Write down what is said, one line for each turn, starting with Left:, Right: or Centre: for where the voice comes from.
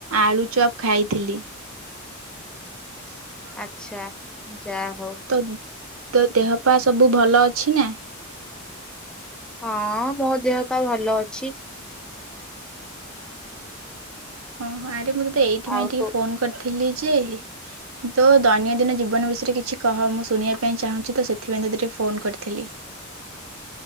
Right: ଆଳୁଚପ୍ ଖାଇଥିଲି। <unintelligible>
Centre: ଆଚ୍ଛା ଯା ହଉ।
Right: ତ ତୋ ଦେହ ପା ସବୁ ଭଲ ଅଛି ନା?
Centre: ହଁ ମୋ ଦେହ ପା ଭଲ ଅଛି।
Right: ଓହୋ ଆରେ ମୁଁ ତତେ ଏଇଥିପାଇଁ
Centre: ଆଉ
Right: ଟିକେ
Centre: ତୁ
Right: ଫୋନ୍ କରିଥିଲି ଯେ ତୋ ଦୈନନ୍ଦିନ ଜୀବନ ବିଷୟରେ କିଛି କହ ମୁଁ ଶୁଣିବା ପାଇଁ ଚାହୁଁଚି ତ ସେଥିପାଇଁ ତତେ ଟିକେ ଫୋନ୍ କରିଥିଲି।